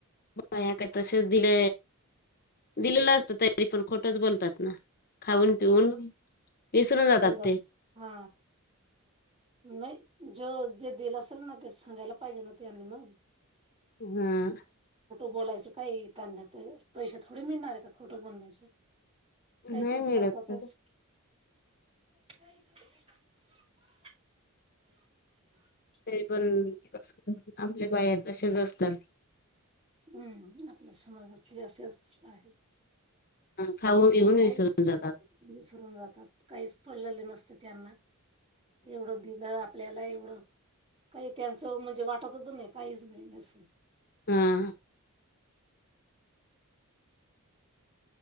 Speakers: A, on the left; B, on the right.
A: ह काय तसेच दिले दिलेलं असत तरी पण खोटंच बोलतात खाऊन पिऊन विसरून जातात
B: जात
A: ते.
B: हा नाही जे जे दिलं असेल ना ते सांगायला पाहिजे ना त्यांनी म.
A: ह.
B: बोलायचं काही त्यांना तर पैसे थोडे मिळणारेत का? खोटं बोलण्याचे. काय
A: नाही
B: पण
A: मिळत
B: सांगतात च. <unintelligible> <inaudible>
A: नई पण आपल्या बाया तश्याच असतात.
B: हम्म आपल्या समाजात जास्तीत जास्त असंच आहे.
A: हा खाऊन
B: त्यांना
A: पिऊन
B: काहीच
A: विसरून जातात
B: विसरून जातात, काहीच पडलेलं नसतं, त्यांना एवढं दिलं आपल्याला एवढं काही त्यांचं म्हणजे वाटतच नाही काहीच नाही असं.
A: ह ह.